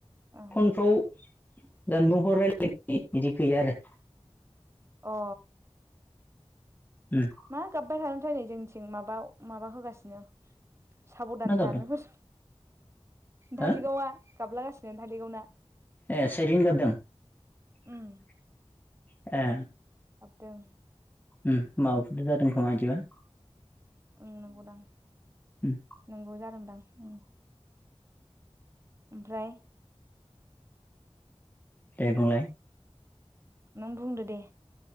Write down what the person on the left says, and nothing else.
फनफ्राव जानबुंखौ रायलायनाय बिदि गैया आरो
उम
मा गाबदों
हो
ए साइरिन गाबदों
<inaudible> ए
उ माबाफोर जादों खोमा बिदिबा
उम
दे बुंलाय